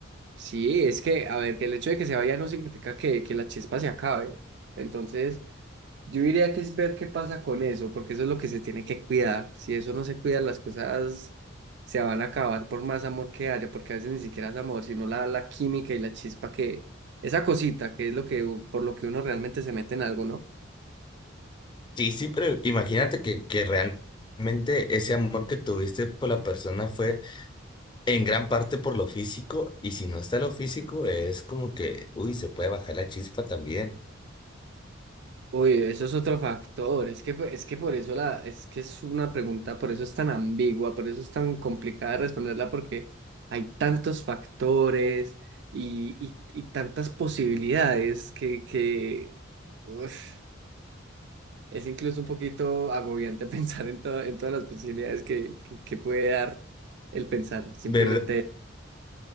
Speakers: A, on the right; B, on the left.
A: sí, es que, a ver, que el hecho de que se vaya no significa que, que la chispa se acabe. Entonces... Yo diría que es ver qué pasa con eso, porque eso es lo que se tiene que cuidar. Si eso no se cuida, las cosas se van a acabar por más amor que haya, porque a veces ni siquiera es amor, sino la, la química y la chispa que, esa cosita que es lo que, u- por lo que uno realmente se mete en algo, ¿no?
B: Sí, sí, pero imagínate que, que realmente ese amor que tuviste por la persona fue en gran parte por lo físico, y si no está lo físico, es como que, uy, se puede bajar la chispa también.
A: Oye, eso es otro factor, es que, es que por eso la, es que es una pregunta, por eso es tan ambigua, por eso es tan complicada de responderla, porque hay tantos factores y, y, y tantas posibilidades que, que, uf. Es incluso un poquito agobiante <laughs> pensar en, to- en todas las posibilidades que, que, que puede dar el pensar. Simplemente,
B: ¿Verdad,